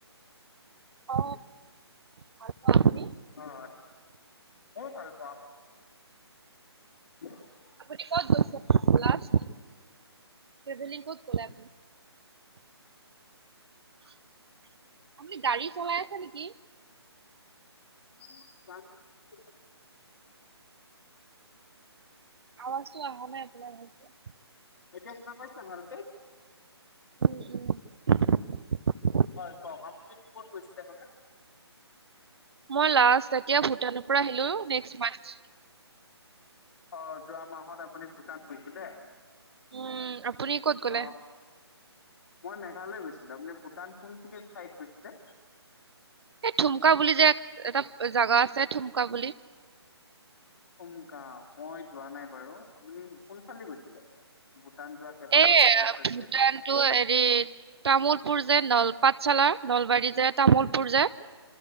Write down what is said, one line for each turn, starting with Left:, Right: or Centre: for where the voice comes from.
Right: অ ভাল পাওঁ আপুনি
Left: অ, মই ভাল পাও। <unintelligible>
Right: কি কয় কৈ থাকক লাষ্ট তেৱেভেলিং ওলাম। <inaudible> আপুনি গাড়ী চলাই আছে নেকি?
Left: <unintelligible>
Right: নমস্কাৰ অহা নাই আপোনালোক ভ
Left: এতিয়া শুনা পাইছা ভালকে?
Right: উম, উম। <unintelligible>
Left: হয় কওক আপুনি ক'ত গৈছিলে সেইফালে?
Right: মই লাষ্ট তেতিয়া ভূটানৰ পৰা আহিলো। নেক্স মানত
Left: অ, যোৱা মাহত আপুনি ভূটান গৈছিলে।
Right: উম। আপুনি ক'ত গ'লে?
Left: অ মই মেঘালয় গৈছিলো। আপুনি ভূটান কোনখিনিৰ ঠাইত গৈছিলে?
Right: এই থুমকা বুলি যে এটা জোগা আছে। থুমকা বুলি
Left: থুমলা, মই যোৱা নাই বাৰু আপুনি কোনফালেদি গৈছিলে? ভূটান যোৱা কেইবাটাও
Right: এই
Left: জেগা আছে
Right: ভূটানটো
Left: যিহেতু
Right: হেৰি তামোলপুৰ যে নল পাঠশালা নলবাৰী যে তামোলপুৰ যে